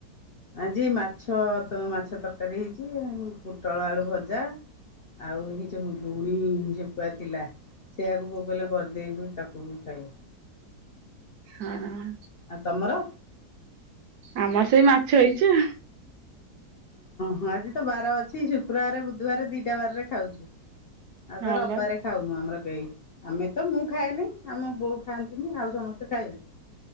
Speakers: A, on the left; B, on the right.
A: ଆଜି ମାଛ ମାଛ ତରକାରୀ ହେଇଛି ଆଉ ପୋଟଳ ଆଳୁ ଭଜା। ଆଉ ଏଇ ଯୋଉ ଲୁଣି ଯେ ପୁଆ ଥିଲା ସେଆକୁ ବୋଉ କହିଲେ ବନେଇ ଦେଏ ତାକୁ ମୁଁ ଖାଇବି।
B: ହଁ
A: ଆଉ ତମର?
B: ଆମର ସେଇ ମାଛ ହେଇଛି ଆଉ
A: ହଁ ଆଜି ତ ବାର ଅଛି ଶୁକ୍ରବାର ବୁଧବାର ଦିଟା ବାରରେ ଖାଉଛୁ। ଆଉ ତ
B: ହଁ
A: ରବିବାରେ
B: ବା
A: ଖାଉନୁ ଆମର କେହି। ଆମେ ତ ମୁଁ ଖାଏନି ଆମ ବୋଉ ଖାଆନ୍ତିନି ଆଉ ସମସ୍ତେ ଖାଇବେ।